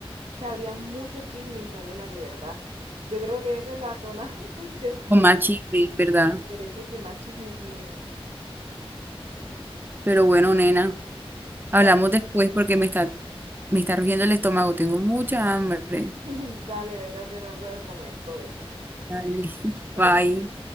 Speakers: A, on the right; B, on the right.
A: O sea, habría mucho chisme, Isabela, de verdad. Yo creo que esa es la zona <laughs> de, de
B: Con más chisme, ¿verdad?
A: derecho que más chisme tiene.
B: Pero bueno, nena. Hablamos
A: Vale.
B: después porque me está, me está rugiendo el estómago. Tengo mucha hambre.
A: <laughs> Dale, vete a hacer algo de comer, provecho.
B: Dale, <laughs>
A: Chaito.
B: bye.